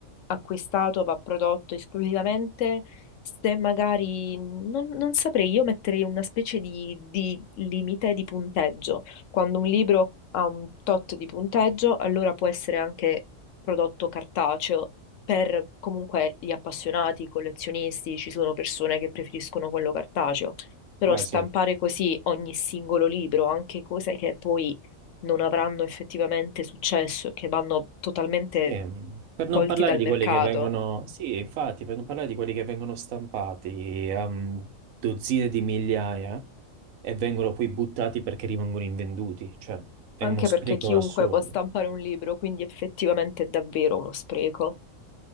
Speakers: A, on the left (about 70°); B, on the right (about 85°).
A: acquistato, va prodotto esclusivamente se magari, non, non saprei, io metterei una specie di, di limite di punteggio. Quando un libro ha un tot di punteggio, allora può essere anche prodotto cartaceo per comunque gli appassionati, i collezionisti, ci sono persone che preferiscono quello cartaceo, però
B: Beh,
A: stampare
B: sì.
A: così ogni singolo libro, anche cose che poi non avranno effettivamente successo e che vanno totalmente
B: Ehm, per non
A: tolti
B: parlare
A: dal
B: di
A: mercato,
B: quelli che vengono, sì, infatti, per non parlare di quelli che vengono stampati a mm, dozzine di migliaia e vengono poi buttati perché rimangono invenduti, cioè è
A: anche
B: uno spreco
A: perché chiunque
B: assurdo.
A: può stampare un libro, quindi effettivamente è davvero uno spreco.